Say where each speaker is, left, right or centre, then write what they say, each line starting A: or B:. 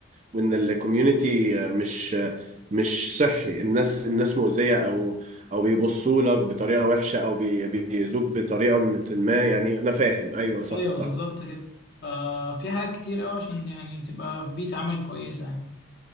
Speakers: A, on the right; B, on the left.
A: وان الكوميونتي مش مش صحي الناس الناس مؤذية او او بيبصوا لك بطريقة وحشة او بي... بيأذوك بطريقة مت- ما يعني انا فاهم ايوه صح
B: أيوه
A: صح
B: بالظبط كده ففي حاجات كتير أوي عشان يعني تبقى في بيئة عمل كويسة يعني